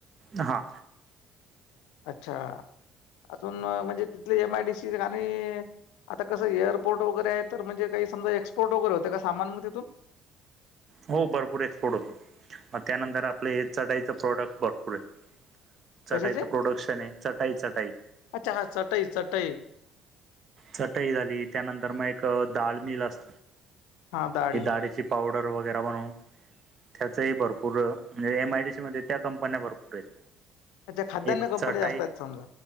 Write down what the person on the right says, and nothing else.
हा
हो भरपूर एक्सपोर्ट होत... मग त्यानंतर आपलं हे चढाईचं प्रोडक्ट भरपूर आहे.. चटाईच
प्रोडक्शन आहे चटाई चटाई...
चटई झाली त्यानंतर मग एक डाळ मिल असत
ह डाळीची पावडर.. ऑर्डर वगैरे म्हणू... त्याचही भरपूर म्हणजे एमआयडीसी मध्ये त्या कंपन्या भरपूर आहेत..
एक
चटाई